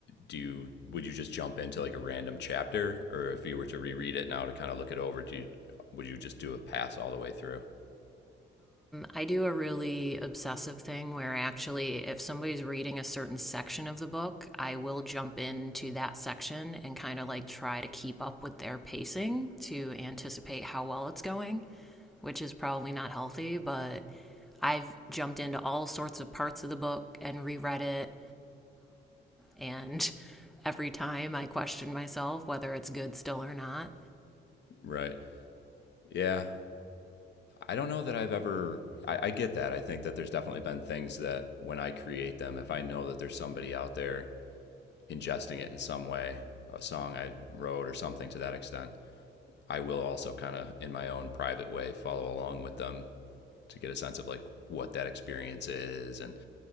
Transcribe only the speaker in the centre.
I do a really obsessive thing where actually, if somebody's reading a certain section of the book, I will jump into that section and kind of like try to keep up with their pacing to anticipate how well it's going, which is probably not healthy, but I've jumped into all sorts of parts of the book and reread it. And <laughs> every time I question myself whether it's good still or not.